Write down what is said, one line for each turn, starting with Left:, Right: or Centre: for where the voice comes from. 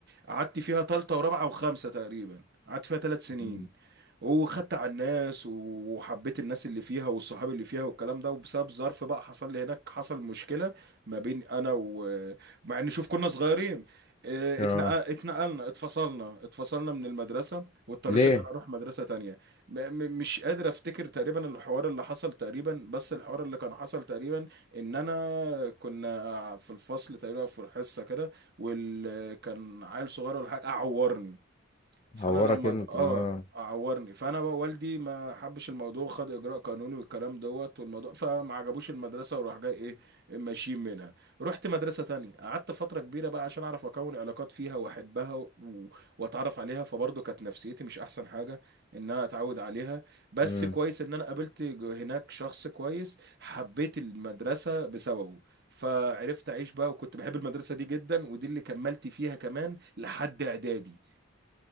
Right: قعدت فيها تالتة ورابعة وخامسة تقريبا قعدت فيها ثلاث سنين
Left: مم.
Right: وخدت على الناس وحبيت الناس اللي فيها والصحاب اللي فيها والكلام ده وبسبب ظرف بقى حصل لي هناك حصل مشكلة ما بين انا و مع ان شوف كنا صغيرين اه،
Left: اه
Right: اتنق- اتنقلنا اتفصلنا اتفصلنا من المدرسة واضطريت
Left: ليه
Right: ان انا اروح مدرسة تانية م- م- مش قادر افتكر تقريبا الحوار اللي حصل تقريبا بس الحوار اللي كان حصل تقريبا ان انا كنا في الفصل تقريبا في الحصة كده وال كان عيل صغير ولا حاجه قعورني فانا
Left: هورك
Right: لما ت-
Left: انت
Right: اه
Left: اه
Right: عورني فانا بقى والدي ما حبش الموضوع خد اجراء قانوني والكلام دوت والموضوع فما عجبوش المدرسه وراح جاي ايه ماشيين منها رحت مدرسه تانية قعدت فتره كبيره بقى عشان اعرف اكون علاقات فيها واحبها و... واتعرف عليها فبرضه كانت نفسيتي مش احسن حاجه ان انا اتعود عليها بس
Left: امم
Right: كويس ان انا قابلت جو- هناك شخص كويس حبيت المدرسه بسببه فعرفت اعيش بقى وكنت بحب المدرسه دي جدا ودي اللي كملت فيها كمان لحد اعدادي